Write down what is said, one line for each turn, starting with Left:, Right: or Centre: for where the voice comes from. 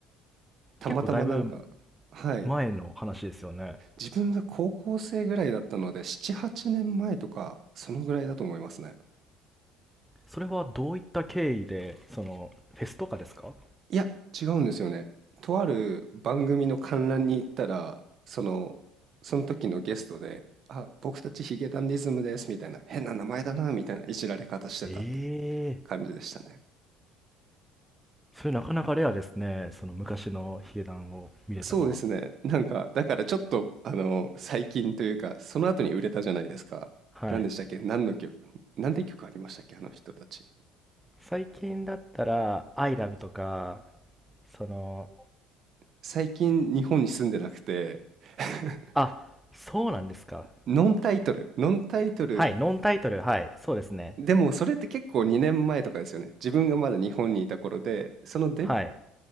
Right: たまたまなんか、
Centre: 結構だいぶ
Right: はい。
Centre: 前の話ですよね。
Right: 自分が高校生ぐらいだったので、7、8年前とか、そのぐらいだと思いますね。
Centre: それはどういった経緯で、その、フェスとかですか
Right: いや、違うんですよね。とある番組の観覧に行ったら、その、その時のゲストで、あ、僕たちヒゲダンディズムです、みたいな、変な名前だな、みたいないじられ方してたって
Centre: ええ
Right: 感じでしたね。
Centre: それなかなかレアですね。その昔のヒゲダンを見れたのは。
Right: そうですね。なんか、だからちょっと、あの、最近というか、その後に売れたじゃないですか。
Centre: はい。
Right: 何でしたっけ何の曲何て曲ありましたっけあの人たち。
Centre: 最近だったら、アイラブとか、その、
Right: 最近日本に住んでなくて <laughs>
Centre: あ、そうなんですか。
Right: ノンタイトル、ノンタイトル、
Centre: はい、ノンタイトル、はい、そうですね。
Right: でもそれって結構2年前とかですよね。自分がまだ日本にいた頃で、そので、
Centre: はい。